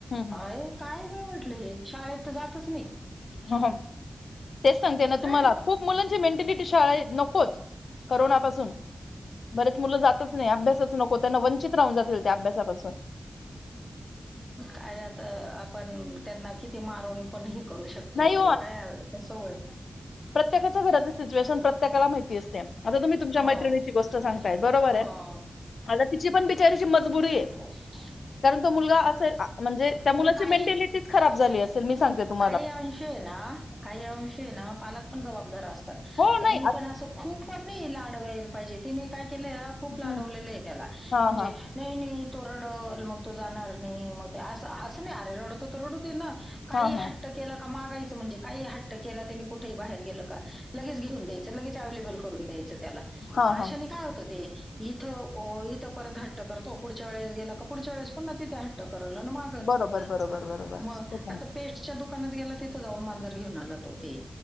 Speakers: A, on the left; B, in the centre.
A: हम्म.
B: हाय काय बाई म्हटलं हे शाळेत तर जातच नाही.
A: ह तेच सांगते ना
B: काय
A: तुम्हाला. खूप मुलांची मेंटेलिटी शाळा नको च करोनापासून बरेच मुलं जातच नाही. अभ्यासच नको. त्यांना वंचित राहून जातील त्या अभ्यासापासून.
B: काय आता आपण त्यांना किती मारून. पण हे करू शकतोय
A: नाही
B: तेे. काय सवय
A: प्रत्येकाच्यां घरातं सिच्युएशन प्रत्येकाला माहिती असत्या. आता तुम्ही तुमच्या
B: हो
A: मैत्रिणीची गोष्ट सांगताय. बरोबर
B: हं
A: आहे. आता तिची पण बिचारीची मजबुरी आहे.
B: अ <unintelligible>
A: कारण तो मुलगा असेल. म्हणजे त्या मुलाची
B: काही
A: मेंटॅलिटीच खराब झाली असेल. मी सांगते तुम
B: काही अंश ना काही अंश ना. पालक पण जबाबदार असतात
A: हो
B: त्यांनी
A: नाही आ
B: पण असं खूप पण नाही लाड व्हायल पाहिजे. तिने काय केलंय खूप
A: हं.
B: लाडवलेलं आहे त्याला
A: हां
B: म्हणजे,
A: हां.
B: नाही नाही. तो रडल मग तो जाणार नाही. मग तो असं असं नाही अरे रडतो तर रडू दे ना. काही
A: हां हां.
B: हट्ट केला का मागायचं म्हणजे, काही हट्ट केला त्यांनी, कुठेही बाहेर गेलं का. लगेच घेऊन द्यायचं. लगेच अवलेबल करून द्यायचं त्याला.
A: हां
B: मग
A: हां.
B: अशानी काय होतं ते इथं इथं परत हट्ट करतो. पुढच्या वेळेस गेला का पुढच्या वेळेस पण ना तिथे हट ट करल. आण मागल
A: बरोबर, बरोबर, बरोबर.
B: मग
A: तेच आहे.
B: आता पे टच्या दुकानात गेला तिथे जाऊन मांजर घेऊन आला तो ते.